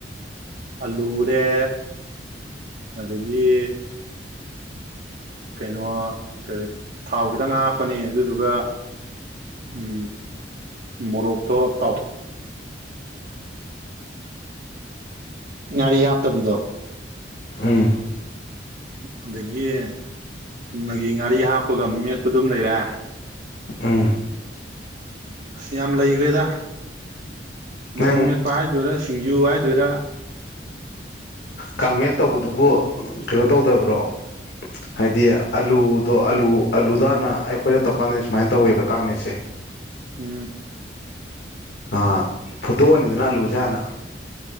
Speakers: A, on the right (about 55°); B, on the left (about 70°).
A: ꯑꯂꯨꯔꯦ ꯑꯗꯒꯤ ꯀꯩꯅꯣ ꯀꯔꯤ ꯊꯥꯎ ꯈꯤꯇꯪ ꯍꯥꯞꯄꯅꯦ ꯑꯗꯨꯗꯨꯒ ꯎ ꯃꯣꯔꯣꯛꯇꯣ ꯇꯥꯎꯊ ꯉꯔꯤ ꯍꯥꯇ ꯕꯤꯗꯣ!
B: ꯑꯝ
A: ꯑꯗꯒꯤ ꯆꯨꯝꯅꯒꯤ ꯉꯥꯔꯤ ꯍꯥꯞꯄꯒ ꯃꯦꯠꯄ ꯑꯗꯨꯝ ꯂꯩꯔꯦ
B: ꯎꯝ
A: ꯑꯁ ꯌꯥꯝ ꯂꯩꯈ꯭ꯔꯦꯗ꯫ ꯃꯔꯑꯣꯛ
B: ꯅꯪ
A: ꯡ ꯃꯦꯠꯄ ꯍꯥꯏꯗꯔꯁꯤꯁꯤꯟ ꯁꯤꯡꯖꯨ ꯍꯥꯏꯗꯣꯏꯔꯥ
B: ꯀꯥꯡꯃꯦꯠ ꯇꯧꯕꯗꯨꯕꯨ ꯀꯩꯅꯣ ꯇꯧꯗꯕ꯭ꯔꯣ ꯍꯥꯏꯗꯤ ꯑꯂꯨꯗꯣ ꯑꯂꯨ ꯑꯂꯨꯗ ꯍꯥꯟꯅ ꯑꯩꯈꯣꯏꯅ ꯇꯧꯔꯀꯥꯟꯗꯅꯦ ꯁꯨꯃꯥꯏꯅ ꯇꯧꯋꯦꯕ ꯀꯥꯡꯃꯦꯠꯁꯦ
A: ꯎꯝ
B: ꯑꯥ ꯐꯣꯠꯇꯣꯛꯑꯅꯤꯗꯅ ꯑꯂꯨ ꯖꯦ ꯍꯥꯟꯅ